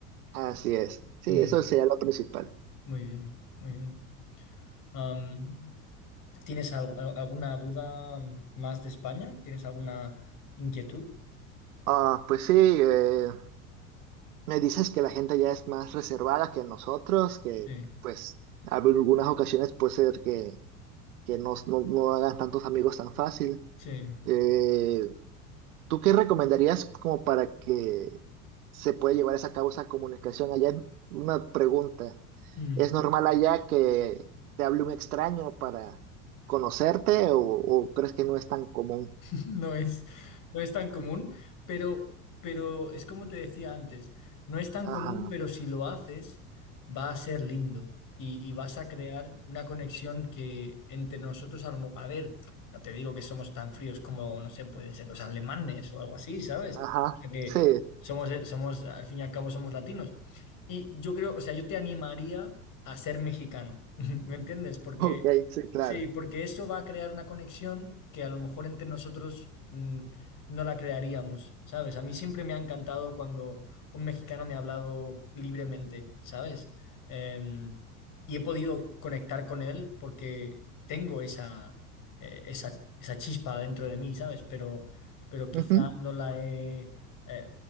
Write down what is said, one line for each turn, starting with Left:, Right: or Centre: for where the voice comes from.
Right: Así es. Sí,
Left: Mm,
Right: eso sería lo principal.
Left: muy bien, muy bien. Am, ¿tienes al- al- alguna duda más de España? ¿Tienes alguna inquietud?
Right: Ah, pues sí, eh, me dices que la gente ya es más reservada que nosotros, que
Left: Sí,
Right: pues en algunas ocasiones puede ser que que no, no, no hagas tantos amigos tan fácil.
Left: sí.
Right: Eh, ¿tú qué recomendarías como para que se pueda llevar esa causa comunicación allá? En- Una pregunta.
Left: Mm.
Right: ¿Es normal allá que te hable un extraño para conocerte o, o crees que no es tan común?
Left: <laughs> No es, no es tan común, pero, pero es como te decía antes, no es tan
Right: Ajá,
Left: común, pero si lo haces, va a ser lindo y, y vas a crear una conexión que entre nosotros, a, lo mo- a ver, no te digo que somos tan fríos como, no sé, pueden ser los alemanes o algo así, ¿sabes?
Right: ajá,
Left: O sea que
Right: sí,
Left: somos, eh, somos, al fin y al cabo, somos latinos. Y yo creo, o sea, yo te animaría a ser mexicano, <laughs> ¿me entiendes? Porque
Right: ok, sí, claro.
Left: Sí, porque eso va a crear una conexión que a lo mejor entre nosotros mm, no la crearíamos, ¿sabes? A mí siempre me ha encantado cuando un mexicano me ha hablado libremente, ¿sabes? Em, y he podido conectar con él porque tengo esa, eh, esa, esa chispa dentro de mí, ¿sabes? Pero, pero quizá
Right: Ujú,
Left: no la he... eh,